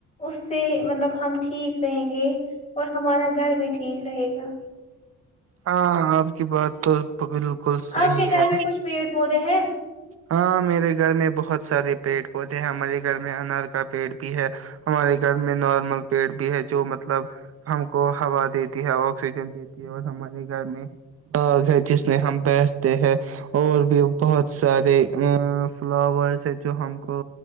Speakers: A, on the left; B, on the right.
A: اس سے مطلب ہم ٹھیک رہیں گے اور ہمارا گھر بھی ٹھیک رہے گا
B: ہاں آپ کی بات تو بالکل صحیح
A: آپ کے گھر
B: ہے
A: میں کچھ پیڑ پودے ہیں
B: ہاں میرے گھر میں بہت سارے پیڑ پودے ہیں ہمارے گھر میں انار کا پیڑ بھی ہے ہمارے گھر میں نارمل پیڑ بھی ہے جو مطلب ہم کو ہوا دیتی ہے آکسیجن دیتی ہے اور ہمارے گھر میں باگ ہے جس میں ہم بیٹھتے ہیں اور بھی بہت سارے ا فلاورس ہے جو ہم کو